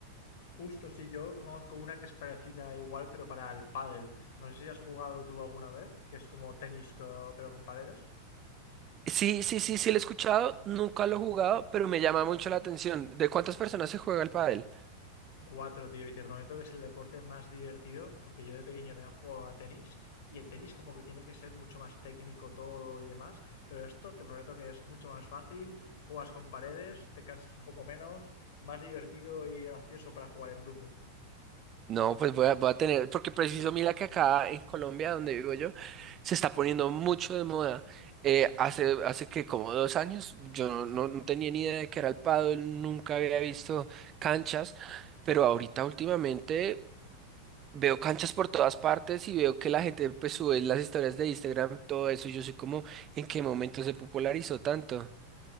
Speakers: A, on the left; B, on the right.
A: Justo, sí, yo conozco una que es parecida igual, pero para el pádel. No sé si has jugado tú alguna vez, que es como tenis co- pero con paredes.
B: Sí, sí, sí, sí lo he escuchado, nunca lo he jugado, pero me llama mucho la atención. ¿De cuántas personas se juega el pádel?
A: Cuatro, tío, y te prometo que es el deporte más divertido, porque yo de pequeño también jugaba a tenis, y el tenis como que tiene que ser mucho más técnico todo y demás, pero esto te prometo que es mucho más fácil, juegas con paredes, te cansas un poco menos, más divertido y gracioso para jugar en grupo.
B: No, pues voy a, voy a tener, porque preciso, mira que acá en Colombia, donde vivo yo, se está poniendo mucho de moda. Eh, hace, hace que como dos años yo no, no- no tenía ni idea de que era el pádel, nunca había visto canchas, pero ahorita últimamente veo canchas por todas partes y veo que la gente pues sube las historias de Instagram, todo eso, y yo soy como, ¿en qué momento se popularizó tanto?